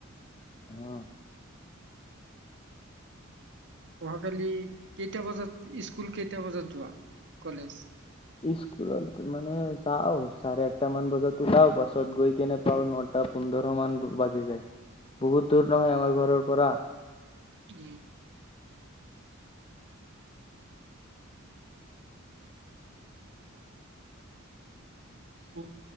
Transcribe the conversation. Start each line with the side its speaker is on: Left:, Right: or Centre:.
Left: আহ
Right: অহাকালি কেইটা বজাত স্কুল কেইটা বজাত যোৱা কলেজ।
Left: স্কুলত মানে যাওঁ চাৰে আঠটা মান বজাত উলাও পাছত গৈ কেনে পাও নটা পোন্ধৰ মান বাজি যায় বহুত দূৰ নহয় আমাৰ ঘৰৰ পৰা!
Right: উম উম